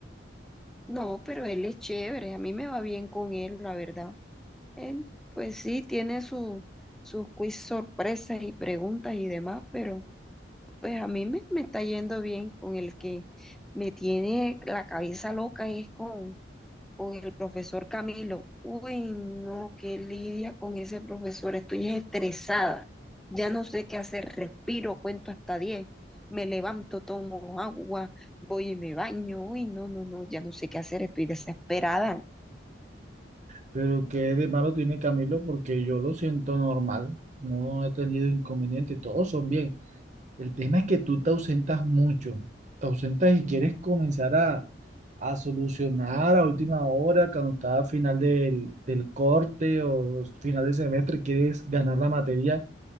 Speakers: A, in the centre; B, on the right (about 40°).
A: No, pero él es chévere, a mí me va bien con él, la verdad. Él, pues sí, tiene su, sus quiz sorpresas y preguntas y demás, pero... Pues a mí me, me está yendo bien con el que me tiene la cabeza loca es con, con el profesor Camilo. Uy, no, qué lidia con ese profesor. Estoy estresada. Ya no sé qué hacer. Respiro, cuento hasta diez Me levanto, tomo agua, voy y me baño. Uy, no, no, no, ya no sé qué hacer. Estoy desesperada.
B: Pero qué de malo tiene Camilo porque yo lo siento normal, no he tenido inconveniente, todos son bien. El tema es que tú te ausentas mucho, te ausentas y quieres comenzar a, a solucionar a última hora, cuando está a final del, del corte o final de semestre, quieres ganar la materia